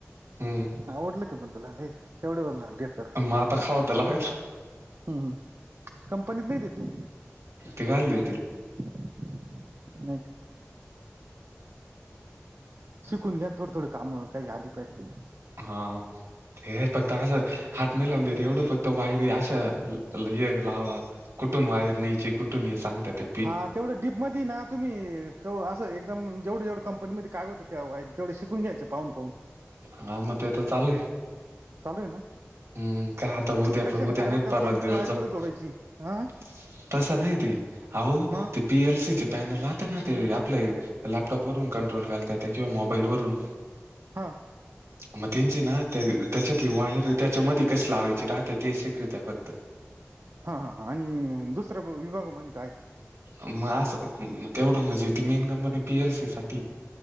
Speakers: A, on the right (about 80°); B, on the right (about 60°).
A: हम्म
B: आवडलं का पण तुला लय? तेवढ्यावर देकर
A: म आता खाव तर लागण.
B: हम् हम्, कंपनीत नाही देते?
A: ते घाल देतील?
B: नाही का? शिकून घ्या थोड थोड काम काही आली पाहिज ती.
A: हा. हे फक्त असं हात नाही लावून देत एवढं फक्त वायरी असं हे लावा कुठून वायर न्यायची, कुठून ये सांगतात ते
B: हा तेवढं डीप मध्ये ना तुम्ही कव असं एकदम जेवढ जेवढ कंपनीमध्ये काय होतं त्या वायर तेवढे शिकून घ्यायचे पाहून पाहून.
A: हा म ते त चालेय.
B: चालू ये ना?
A: हम्म काय आता उद्याच
B: कशा
A: उद्या
B: ना काय
A: नाहीत
B: होतं
A: परावाचा
B: कोणती
A: दिवस
B: वायर
A: जाऊ
B: कुठे जोडायची हा
A: तस नाही ते आहो
B: मग
A: ते पी एल सी चे पॅनल राहता ना ते आपले लॅपटॉप वरून कंट्रोल घालता त्या किंवा मोबाईल वरून
B: हा.
A: म तेंची ना त्याच्यातली वायर त्याच्यामध्ये कशी लावायचे राहते तें शिकिवता फक्त.
B: हा हां ह, आणि दुसरा विभागा मध्ये काय?
A: मग असं का, तेवढं मजी ती main company P L C साठी